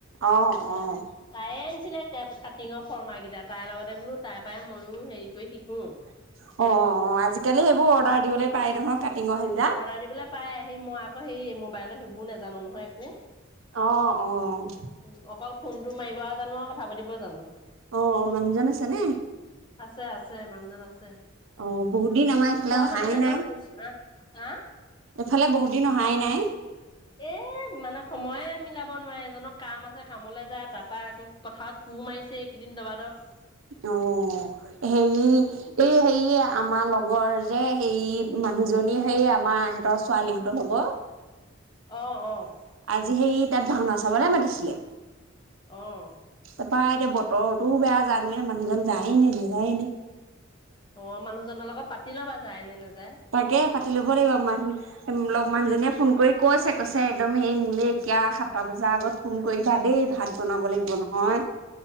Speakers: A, on the right; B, on the left.
A: অ', অ',
B: তাইয়ে আনিছিলে কেপচ্ কাটিঙৰ ফৰ্মা কেইটা, তাইৰ লগতে বোলো তাই পৰাই মইয়ো হেৰি কৰি শিকোঁ।
A: অ', অ', আজিকালি সেইবোৰ অৰ্ডাৰ দিবলৈ পাই নহয়। কাটিঙৰ সেই
B: অৰ্ডাৰ দিবলৈ পাই, হেৰি মই আকৌ সেই মোবাইলৰ সেইবোৰ নাজানোঁ নহয় একো।
A: অ', অ'।
B: উম্, অকল ফোনটো মাৰিব জানোঁ আৰু কথা পাতিব জানোঁ।
A: অ', মানুহজন আছেনে?
B: আছে আছে, মানুহজন আছে।
A: অ', বহুত দিন আমাৰ এইফালে
B: ওচৰৰ
A: অহাই
B: মানুহে এজন
A: নাই
B: ও, আ, হা
A: এইফালে বহুত দিন অহাই নাই।
B: এ মানে সময়ে মিলাব নোৱাৰে, এজনৰ কাম আছে, কামলৈ যায় তাৰাপা আকৌ। পথাৰত কোৰ মাৰিছে, এইকেইদিন দবাদৱ।
A: অ', হেৰি এই হেৰি, আমাৰ লগৰ যে, সেই মানুহজনী সেই আমাৰ সিহঁতৰ ছোৱালী হঁতৰ লগৰ।
B: অ', অ'।
A: আজি সেই তাত ভাওনা চাবলৈ মাতিছিলে।
B: অ'।
A: তাৰপৰা এতিয়া বতৰতোও বেয়া, জানোঁ এতিয়া মানুহজন যায়ে নে নাযায় নে!
B: অ', মানুহজনৰ লগত পাতি ল'বা যায় নে নাযায়?
A: তাকে পাতি ল'ব লাগিব, মানুহ লগ মানুহজনীয়ে ফোন কৰি কৈছে, কৈছে একদম এই মোলে এতিয়া সাতটা বজাৰ আগত ফোন কৰিবা দেই, ভাত বনাব লাগিব নহয়।